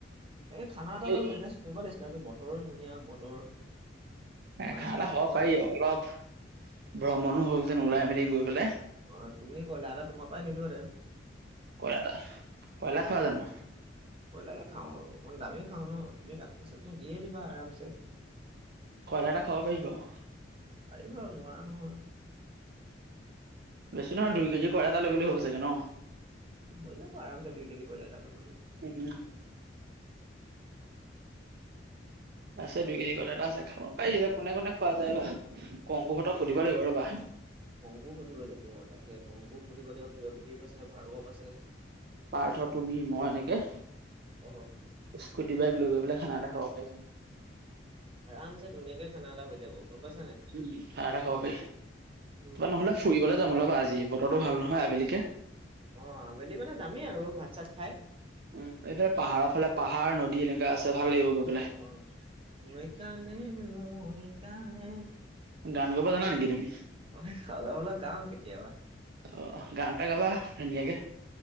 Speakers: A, on the right; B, on the right.
A: এই খানা এটা
B: এই
A: ধৰ মেনেজ কৰিব লাগিছিলে বতৰো ধুনীয়া বতৰ মাছ
B: খানা
A: মাংস
B: খাব পাৰি অলপ ভ্ৰমণো হ'লহতেন ওলাই মেলি গৈ পেলাই
A: অ', তুমি কলা তোমাৰ পৰাই নিলোহেতেন।
B: কয়লা কয়লা খোৱা জানো।
A: কয়লাকে খাওঁ আৰু অকমান দামি খাওঁ ন তুমি কাটিং চাটিং দিয়ে দিবা আৰামছে।
B: কয়লটা খাব পাৰি বাৰু।
A: পাৰিব নোৱাৰা নহয়।
B: বেছি নহয় দুই কেজি কয়লা‌এটা লৈ গলে হ'ব চাগে ন।
A: হৈ যাব আৰামছে দুই কেজি কয়লা এটা লৈ গ'লে।
B: উম। আছে দুই কেজি কয়লাটা আছে খাব পাৰি কোনে কোনে খোৱা যায় বা। কংকুহঁতক
A: উম
B: সুধিব লাগিব ৰ'বা।
A: উ। কংকু সুধিব লাগিব তাকে কংকু সুধিব লাগিব প্ৰিয়ং দীপ আছে ভাৰ্গৱ আছে।
B: পাৰ্থ তুমি মই এনেকে
A: অ
B: স্কুটি বাইক লৈ গৈ পেলাই খানা এটা খাব পাৰিম।
A: আৰাম চে ধুনীয়াকে খানা এটা হৈ যাব। গম পাইছা নাই
B: উম, খানা‌এটা খাব
A: উম
B: পাৰি
A: হুম
B: নহ'লে
A: হুম
B: ফুৰিবলৈ যাম <unintelligible> বতৰটো ভাল নহয় আবেলিকে
A: অ', আবেলি মানে যামেই আৰু ভাত চাত খাই।
B: উম এইফালে পাহাৰৰ ফালে পাহাৰ নদী এনেকা আছে ভাল লাগিব গৈ পেলাই।
A: অ', নৈ কানে নৈ কানে
B: গান গাব জানা নেকি তুমি।
A: অলপ অলপ গাও কেতিয়াবা।
B: অ', গান এটা গাবা ধুনীয়াকে